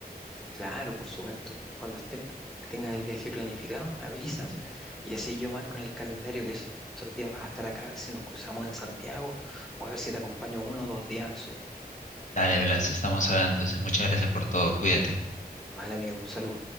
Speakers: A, in the centre; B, on the left.
A: Claro, por supuesto. Cuando estés, tengas el viaje planificado, me avisas y así yo marco en el calendario que es- esos días vas a estar acá a ver si nos cruzamos en Santiago o a ver si te acompaño uno o dos días al sur.
B: Dale, Blas, estamos hablando. Entonces, muchas gracias por todo. Cuídate.
A: Vale, amigo, salud.